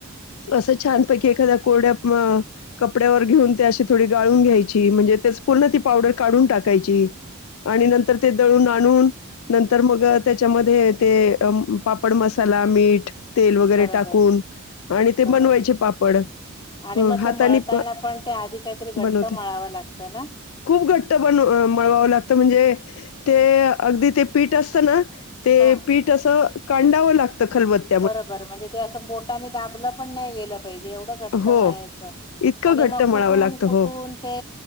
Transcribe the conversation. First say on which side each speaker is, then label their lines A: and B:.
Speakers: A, on the left; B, on the left.
A: असं छानपैकी एखाद्या कोरड्या अ कपड्यावर घेऊन ते अशी थोडी गाळून घ्यायची म्हणजे त्या पूर्ण ती पावडर काढून टाकायची आणि नंतर ते दळून आणून नंतर मग त्याच्यामध्ये ते पापड मसाला मीठ तेल वगैरे
B: बरोबर
A: टाकून आणि ते
B: बरोबर
A: बनवायचे पापड. हं,
B: आणि मग
A: हातानी
B: ते मळताना
A: प
B: पण ते आधी काहीतरी घट्ट
A: बनवते.
B: मळावं लागतं ना?
A: खूप घट्ट बन मळवावं लागतं म्हणजे ते अगदी ते पीठ असतं ना ते
B: हा
A: पीठ असं कांडावं लागतं खलबत्यात
B: बरोबरं म्हणजे ते असं बोटाने दाबलं पण नाही गेलं पाहिजे एवढं घट्ट
A: हो
B: मळायचं.
A: इतकं
B: आणि
A: घट्ट
B: मग
A: मळावं
B: कुठून
A: लागतं
B: कुठून
A: हो.
B: ते